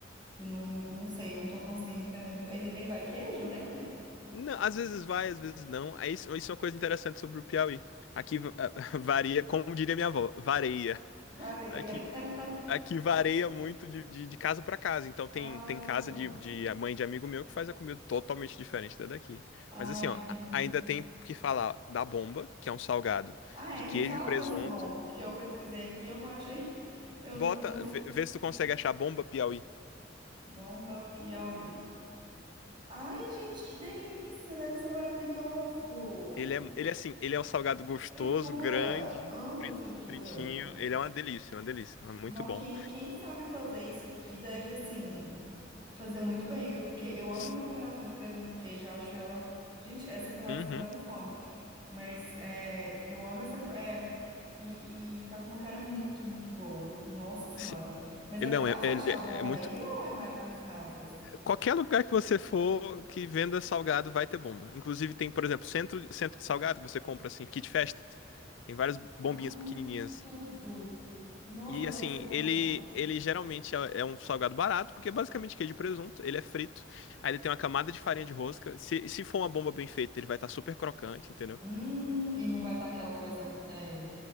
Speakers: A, on the right (about 25°); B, on the left (about 70°).
A: que não, não sei, não tô conseguindo entender muito. Ele, ele vai queijo nele?
B: Não, às vezes vai, às vezes não. Aí isso, isso é uma coisa interessante sobre o Piauí. Aqui va- <laughs> varia, como diria minha avó, vareia.
A: Areia.
B: Aqui.
A: <laughs>
B: Aqui varia muito de, de, de casa para casa. Então tem,
A: Ah,
B: tem casa
A: tá.
B: de, de a mãe de amigo meu que faz a comida totalmente diferente da daqui.
A: Ah,
B: Mas assim, ó,
A: entendi.
B: a- ainda tem que falar da bomba, que é um salgado
A: Ah, é,
B: de queijo
A: me fala
B: e presunto.
A: dessa bomba, porque eu pesquisei aqui, eu não achei, <laughs> eu
B: Bota,
A: não, não...
B: vê, vê se tu consegue achar bomba Piauí.
A: Bomba Piauí. Ai, gente, que delícia, deve ser maravilhoso.
B: Ele é, ele é assim, ele é um salgado gostoso,
A: Fritura,
B: grande,
A: amo
B: frit-
A: fritura.
B: fritinho. Ele é uma delícia, uma delícia. É muito
A: Nó,
B: bom.
A: quem, quem sabe fazer isso aqui deve, assim... Fazer muito bem, viu? Porque eu amo
B: S-
A: essa combinação de presunto e queijo, eu acho ela. Gente, essa conversa
B: Uhum.
A: tá me dando fome. Mas é, eu amo essa. co- É, e, e tá com uma cara muito, muito boa. Nossa Senhora.
B: Se-
A: Mas
B: Não,
A: é fácil
B: é, ele
A: achar a bomba
B: é é muito.
A: aí ou é mais nas casas?
B: Qualquer lugar que você for que venda salgado vai ter bomba. Inclusive tem, por exemplo, centro, centro de salgado que você compra assim, Kit Fest. Tem várias bombinhas
A: Ah,
B: pequenininhas.
A: que tudo! Nossa,
B: E
A: deve
B: assim,
A: ser bom
B: ele
A: demais.
B: ele geralmente é é um salgado barato, porque é basicamente queijo e presunto, ele é frito. Aí ele tem uma camada de farinha de rosca. Se, se for uma bomba bem feita, ele vai estar super crocante, entendeu?
A: Hum, e não vai estar aquela coisa é,